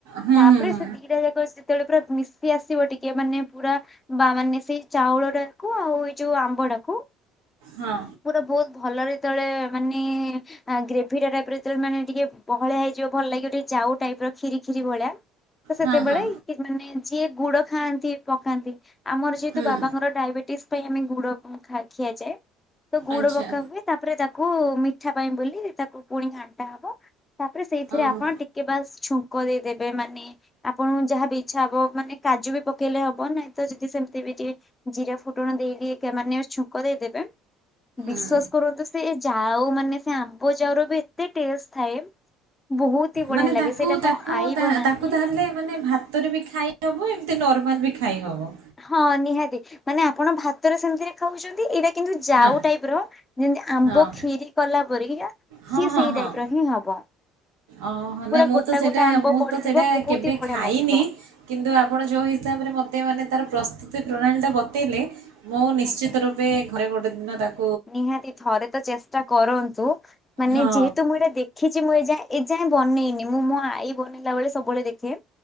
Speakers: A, on the right; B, on the left.
A: ହୁଁ
B: ତାପରେ
A: ହୁଁ ହୁଁ
B: ସେ ଦିଟା ଯାକ। କେତେବେଳେ ପୁରା ମିଶି ଆସିବ, ଟିକେ ମାନେ ପୁରା ବା ମାନେ ସେଇ ଚାଉଳ ଟାକୁ ଆଉ ଏଇ ଯୋଉ ଆମ୍ବଟାକୁ?
A: ହଁ।
B: ପୁରା ବହୁତ ଭଲରେ ତଳେ ମାନେ ଗ୍ରେଭି ଟା ଟାଇପ ର ମାନେ, ଯେତେବେଳେ ମେ ଟିକେ ବହଳିଆ ହେଇଯିବ, ଭଲ ଲାଗିବ, ଟିକେ ଯାଉ ଟାଇପ ର। ଖିରି ଖିରି ଭଳିଆ ତ, ସେତେବେଳେ
A: ହଁ ହଁ
B: ମାନେ ଯିଏ ଗୁଡ ଖାଆନ୍ତି ପକାନ୍ତି। ଆମର ଯେହେତୁ
A: ହୁଁ
B: ବାବାଙ୍କର ଡାଇବେଟିସ୍ ପାଇଁ ଆମେ ଗୁଡ଼ ଖିଆଯାଏ। ତ ଗୁଡ
A: ଆଚ୍ଛା
B: ପକା ହୁଏ, ତାପରେ ତାକୁ ମିଠା ପାଇଁ ବୋଲି, ତାକୁ ପୁଣି ଖାଆ ହବ। ତାପରେ ସେଇଥିରେ
A: ଓହୋ
B: ଆପଣ ଟିକେ ବାସ୍ ଛୁଙ୍କ ଦେଇଦେବେ ମାନେ ଆପଣଙ୍କୁ ଯାହା ବି ଇଚ୍ଛା ହବ, ମାନେ କାଜୁ ବି ପକେଇଲେ ହବ। <inaudible> ଯଦି ସେମିତି ବି ଟିକେ ଜିରା ଫୁଟଣ ଦେଇ ଦେଇକା ଛୁଙ୍କ ଦେଇଦେବେ। ବିଶ୍ୱାସ
A: ହୁଁ
B: କରନ୍ତୁ ସେ ଯାଉ, ମାନେ ସେ ଆମ୍ବଯାଉର ବି ଏତେ ଟେଷ୍ଟ ଥାଏ ବହୁତ। ହି ବଢିଆ
A: ମାନେ
B: ଲାଗେ
A: ତାକୁ
B: ସେଇଟା
A: ତାକୁ
B: ମୋ ଆଈ
A: ତା
B: ବନାନ୍ତି।
A: ତାକୁ ତାହେଲେ ମାନେ ଭାତ ଭାତରେ ବି ଖାଇ ଦବୁ, ଏମିତି ନର୍ମାଲ ବି ଖାଇ ହେବ।
B: ହଁ, ନିହାତି ମାନେ ଆପଣ ଭାତରେ ସେମିତିରେ ଖାଉଛନ୍ତି, ଏଇଟା କିନ୍ତୁ ଯାଉ
A: ହଁ
B: ଟାଇପ ର, ଯେମିତି ଆମ୍ବ
A: ହଁ
B: ଖିରି କଲାପରି।
A: ହଁ
B: ସିଏ ସେଇ
A: ହଁ ହଁ
B: ଟାଇପ ର ହିଁ ହବ।
A: ଓହୋ,
B: ପୁରା
A: ନାଇଁ! ମୁଁ
B: ଗୋଟା
A: ତ ସେଇଟା
B: ଗୋଟା ଆମ୍ବ
A: ମୁଁ
B: ପଡିଥିବ
A: ତ ସେଇଟା
B: ବହୁତ
A: କେବେ
B: ହି ବଢିଆ
A: ଖାଇନି।
B: ଲାଗିବ
A: କିନ୍ତୁ ଆପଣ ଯୋଉ ହିସାବରେ ମତେ ମାନେ ତାର ପ୍ରସ୍ତୁତି ପ୍ରଣାଳୀ ଟା ବତେଇଲେ। ମୁଁ ନିଶ୍ଚିତରୂପେ
B: ଆଜ୍ଞା।
A: ଘରେ ଗୋଟେଦିନ। <inaudible>
B: ନିହାତି ଥରେତ ଚେଷ୍ଟାକରନ୍ତୁ, ମାନେ
A: ହଁ
B: ଯେହେତୁ ମୁଁ ଏଇଟା ଦେ ଦେଖିଛି, ମୁଁ ଏଯାଏଁ ଏଯାଏଁ ବନେଇନି। ମୁଁ ମୋ ଆଈ ବନେଇଲା ବେଳେ ସବୁବେଳେ ଦେଖେ।